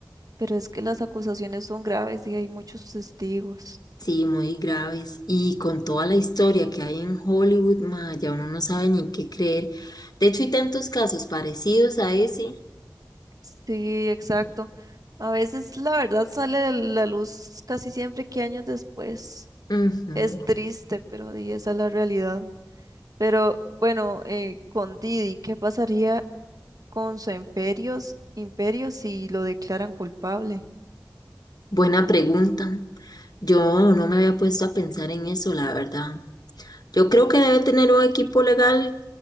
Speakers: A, on the right; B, on the left.
A: pero es que las acusaciones son graves y hay muchos testigos.
B: Sí, muy graves. Y con toda la historia que hay en Hollywood, ma, ya uno no sabe ni qué creer. De hecho, hay tantos casos parecidos a ese.
A: Sí, exacto. A veces la verdad sale a la luz casi siempre que años después.
B: Ujú.
A: Es triste, pero di, esa es la realidad. Pero bueno, eh, con Didi, ¿qué pasaría con su imperios, imperio si lo declaran culpable?
B: Buena pregunta. Yo no me había puesto a pensar en eso, la verdad. Yo creo que debe tener un equipo legal